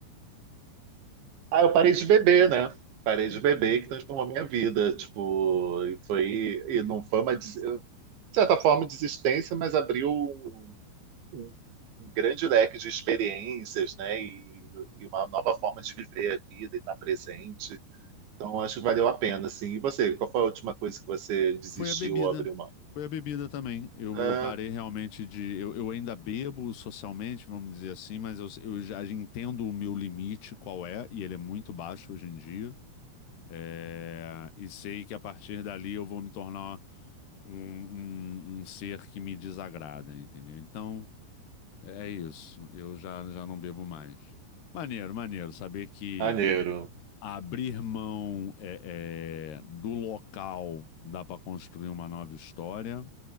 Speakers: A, on the right; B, on the left.
A: Ah, eu parei de beber, né? Parei
B: Entendi.
A: de beber que transformou minha vida. Tipo, e foi, e não foi uma, des- de certa forma, desistência, mas abriu um, um- um grande leque de experiências, né? E, e uma nova forma de viver a vida e estar presente. Então, acho que valeu a pena, assim. E você, qual foi a última coisa que você desistiu
B: Foi a bebida.
A: ou abriu mão?
B: Foi a bebida também. Eu,
A: Ah,
B: eu parei realmente de. Eu, eu ainda bebo socialmente, vamos dizer assim, mas eu, eu já entendo o meu limite, qual é, e ele é muito baixo hoje em dia. É, e sei que a partir dali eu vou me tornar um, um, um ser que me desagrada, entendeu? Então, é isso. Eu já, já não bebo mais. Maneiro, maneiro. Saber que.
A: maneiro.
B: abrir mão é, é, do local dá para construir uma nova história,